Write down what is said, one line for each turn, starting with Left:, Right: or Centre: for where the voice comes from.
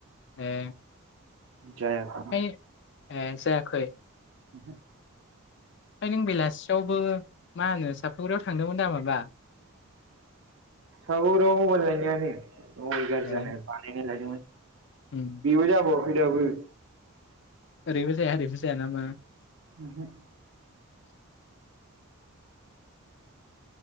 Left: ए
Right: जायाखै
Left: ए जाखै
Right: ओहो
Left: ओ नों बेलासियावबो मा होनो सापुराव थांदोंमोन दा माबा
Right: राव मबाइ लायनायानो अबाइ गाज्रि
Left: ए
Right: जानाय बानायनाय लायदोंमोन
Left: उम
Right: बिबो जाब ऐ दाबो
Left: ओरैबो जाया ओरैबो जाया नामा
Right: ओमहो।
Left: <inaudible>